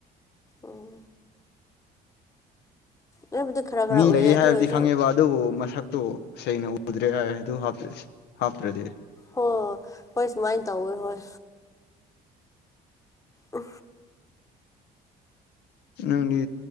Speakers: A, on the left; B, on the left.
A: ꯎꯝ ꯑꯩꯕꯨꯗꯤ ꯈꯔ ꯈꯔ
B: ꯃꯤ
A: ꯎꯏꯌꯦ
B: ꯂꯩ
A: ꯑꯗꯨ
B: ꯍꯥꯏꯕꯗꯤ
A: ꯑꯣꯏꯔꯁꯨ
B: ꯈꯪꯉꯦꯕ ꯑꯗꯨꯕꯨ ꯃꯁꯛꯇꯨ ꯁꯦꯡꯅ ꯎꯗ꯭ꯔꯦ ꯍꯥꯏ ꯑꯗꯨ ꯍꯥꯞꯇ꯭ꯔꯗꯤ
A: ꯍꯣꯏ ꯍꯣꯏ ꯁꯨꯃꯥꯏꯅ ꯇꯧꯋꯦ ꯍꯣꯏ ꯑ
B: ꯅꯪꯗꯤ